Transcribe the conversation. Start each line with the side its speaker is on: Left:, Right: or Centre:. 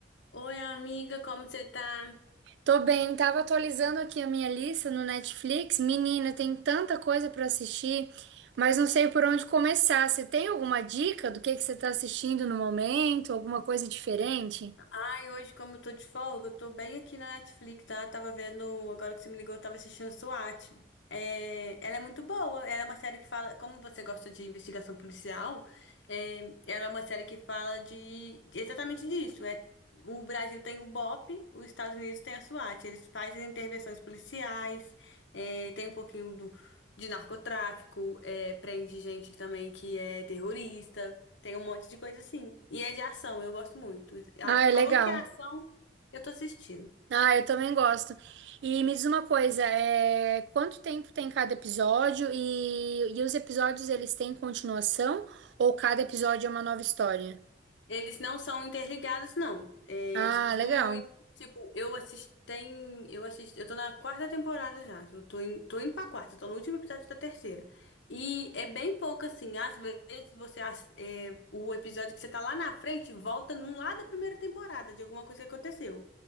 Left: Oi, amiga, como você tá?
Right: Tô bem, tava atualizando aqui a minha lista no Netflix. Menina, tem tanta coisa pra assistir, mas não sei por onde começar. Você tem alguma dica do que que você tá assistindo no momento? Alguma coisa diferente?
Left: Ai, hoje, como eu tô de folga, eu tô bem aqui na Netflix, tá? Tava vendo, agora que você me ligou, eu tava assistindo SWAT. É, ela é muito boa. Ela é uma série que fala, como você gosta de investigação policial, é, ela é uma série que fala de exatamente disso. É, o Brasil tem o BOP, os Estados Unidos tem a SWAT. Eles fazem intervenções policiais, é, tem um pouquinho do, de narcotráfico, é, prende gente também que é terrorista, tem um monte de coisa assim. E é de ação, eu gosto muito. A-
Right: Ah, é
Left: Falou
Right: legal.
Left: que é ação, eu tô assistindo.
Right: Ah, eu também gosto. E me diz uma coisa, é... quanto tempo tem cada episódio e... e os episódios eles têm continuação ou cada episódio é uma nova história?
Left: Eles não são interligados, não. É,
Right: Ah,
Left: eles costumam,
Right: legal.
Left: ir- tipo, eu assisti, tem, eu assisti, eu tô na quarta temporada já. Eu tô, in, tô indo pra quarta, tô no último episódio da terceira. E é bem pouco assim. Às vezes você, ass- é, o episódio que você tá lá na frente volta num lá da primeira temporada de alguma coisa que aconteceu.